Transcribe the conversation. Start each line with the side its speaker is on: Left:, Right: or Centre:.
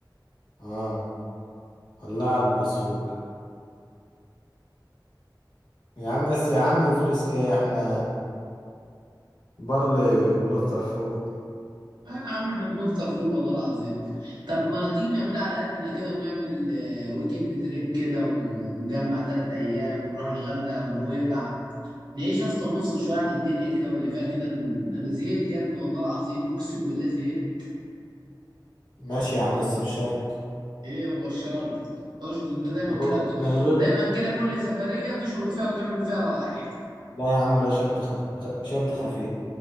Left: اه الله على البصفوق يا عم بس يا عم فلوس ايه احنا برل بنفطر فوق
Right: آه يا عم احنا بنفطر فول والله العظيم طب ما تيجي نعملها على قدنا كده ونعمل آه، ويكند تريب كده ونجمع تلات أيام ونروح الغردقة ونويبع نعيش يا اسطى ونفصل شوية عن الدنيا كده واللي فيها كده ن- أنا زهقت يا ابني والله العظيم أقسم بالله زهقت
Left: ماشي يا عم بس بشرط
Right: إيه هو الشرط اشرط أنت دايما
Left: نروح
Right: كده ك-
Left: من غير
Right: دايما كده كل سفرية تشرط فيها وتعمل فيها واحد
Left: لا يا عم لا شرط خف... خ- شرط خفيف